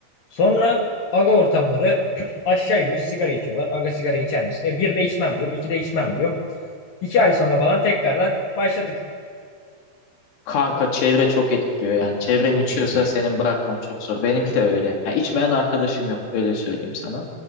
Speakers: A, on the left (about 55°); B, on the left (about 75°).
A: Sonra aga ortamları <clears throat> aşağı iniyor sigara içiyorlar. Aga sigara içer misin? E, bir de içmem diyorum. iki de içmem diyorum. İki ay sonra falan tekrardan başladık.
B: Kanka çevre çok etkiliyor yani. Çevren
A: Çok
B: içiyorsa
A: etkiliyor.
B: senin bırakman çok zor. Benimki de öyle. Yani içmeyen arkadaşım yok öyle söyleyeyim sana.